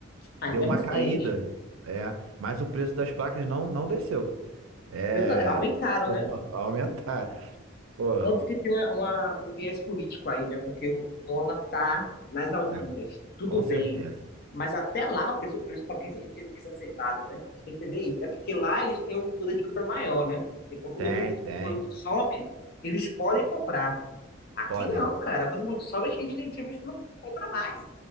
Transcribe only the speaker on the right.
Deu
uma
caída. É, mas o preço das placas não, não desceu. É,
<laughs> pô,
aumentaram. Pô,
na-
com
certeza.
Tem,
tem.
Podem.